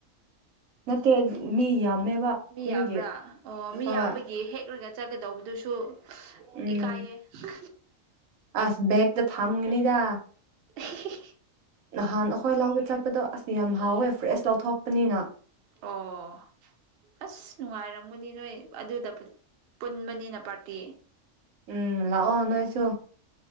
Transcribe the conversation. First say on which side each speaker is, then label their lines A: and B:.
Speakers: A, on the right (about 85°); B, on the right (about 60°).
A: ꯅꯠꯇꯦ ꯃꯤ ꯌꯥꯝꯃꯦꯕ
B: ꯃꯤ
A: ꯑꯗꯨꯒꯤ
B: ꯌꯥꯝꯕ꯭ꯔꯥ ꯑꯣ ꯃꯤ
A: ꯍꯣꯏ
B: ꯌꯥꯝꯕꯒꯤ ꯍꯦꯛꯔꯒ ꯆꯠꯀꯗꯧꯕꯗꯨꯁꯨ
A: ꯎꯝ
B: ꯏꯀꯥꯏꯌꯦ <unintelligible>
A: ꯑꯁ ꯕꯦꯛꯇ ꯐꯝꯒꯅꯤꯗ
B: <unintelligible>
A: ꯅꯍꯥꯟ ꯑꯈꯣꯏ ꯂꯧꯕ ꯆꯠꯄꯗꯣ ꯑꯁ ꯌꯥꯝ ꯍꯥꯎꯋꯦ ꯐ꯭ꯔꯦꯁ ꯂꯥꯎꯊꯣꯛꯄꯅꯤꯅ
B: ꯑꯣ ꯑꯁ ꯅꯨꯡꯉꯥꯏꯔꯝꯒꯅꯤ ꯅꯣꯏ ꯑꯗꯨꯗ ꯄꯨꯠ ꯄꯨꯟꯕꯅꯤꯅ ꯄꯥꯔꯇꯤ
A: ꯎꯝ ꯂꯥꯛꯑꯣ ꯅꯣꯏꯁꯨ